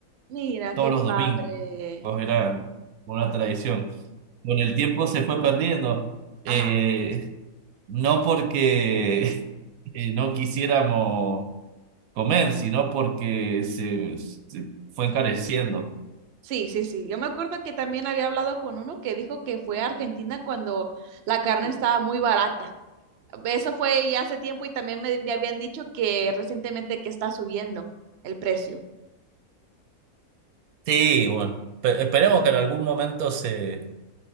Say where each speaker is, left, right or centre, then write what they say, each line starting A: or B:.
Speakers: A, on the right; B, on the right.
A: Mira,
B: todos
A: qué
B: los
A: padre.
B: domingos, era una tradición. Con el tiempo se fue perdiendo, eh,
A: Ajá.
B: no porque <laughs> eh, no quisiéramos comer, sino porque se, se fue encareciendo.
A: Sí, sí, sí. Yo me acuerdo que también había hablado con uno que dijo que fue a Argentina cuando la carne estaba muy barata. Eso fue ya hace tiempo y también me, me habían dicho que recientemente que está subiendo el precio.
B: Sí, bueno, pe- esperemos que en algún momento se,